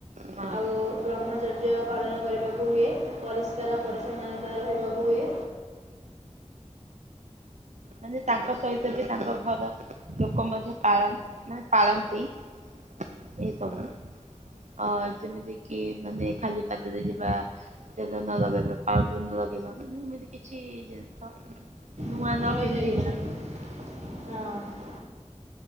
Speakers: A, on the right; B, on the right.
A: ହଁ।
B: ଆଉ ବ୍ରହ୍ମଚର୍ଯ୍ୟ ପାଳନ କରିବାକୁ ହୁଏ ପରିଷ୍କାର
A: ହଁ
B: ପରିଚ୍ଛନ୍ନତା ରହିବାକୁ ହୁଏ।
A: ମାନେ ତାଙ୍କ ସହିତ ବି ତାଙ୍କ ଘର ଲୋକ ମଧ୍ୟ ପାଳନ ମାନେ ପାଳନ୍ତି ଏଇସବୁ। ଅ ଯେମିତି କି ମାନେ ଖାଲି ପାଦରେ ଯିବା ତେଲ ନ ଲଗେଇବା ପାଉଡର ନ ଲଗେଇବା ମାନେ ଏମିତି କିଛି ଜିନିଷ ନୂଆ
B: <unintelligible>
A: ନ ପିନ୍ଧିବା
B: ହଁ।